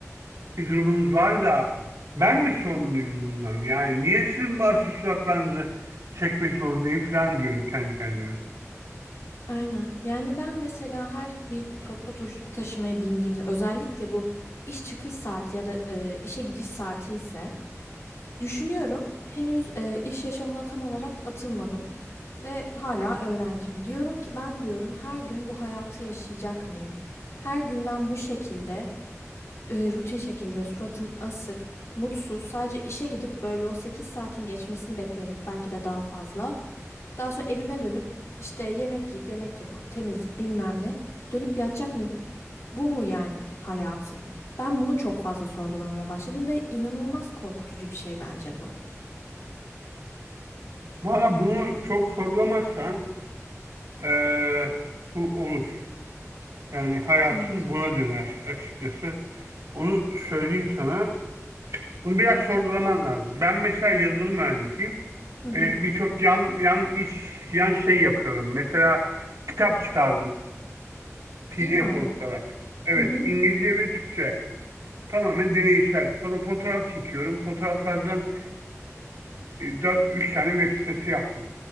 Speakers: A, on the right; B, on the left.
A: bir durumunuz var da ben mi sorumluyum bundan? Yani niye sizin bazı suratlarınızı çekmek zorundayım falan diyorum kendi kendime.
B: Aynen. Yani ben mesela her bir toplu taş- taşımaya bindiğimde özellikle bu iş çıkış saati ya da e, işe gidiş saati ise Düşünüyorum. Henüz e, iş yaşamına tam olarak atılmadım ve hala öğrenciyim. Diyorum ki ben diyorum her gün bu hayatı yaşayacak mıyım? Her gün ben bu şekilde e, rutin şekilde suratım asık, mutsuz, sadece işe gidip böyle o 8 saatin geçmesini bekleyerek belki de daha fazla. Daha sonra evime dönüp işte yemek yiyip yemek yapıp temizlik bilmem ne dönüp yatacak mıyım? Bu mu yani hayatım? Ben bunu çok fazla sorgulamaya başladım ve inanılmaz korkutucu bir şey bence bu.
A: Bana bunu çok sorgulamazsan eee, bu olur. Yani hayatın
B: Evet.
A: buna döner açıkçası. Onu söyleyeyim sana. Bunu biraz sorgulaman lazım. Ben mesela yazılım mühendisiyim.
B: Hı hı.
A: Eee, birçok yan yan iş, yan şey yapıyorum. Mesela kitap çıkardım. PDF
B: Ya.
A: olarak. Evet,
B: Hı hı.
A: İngilizce ve Türkçe. Tamamen deneysel. Sonra fotoğraf çekiyorum. Fotoğraflardan 4-3 tane web sitesi yaptım.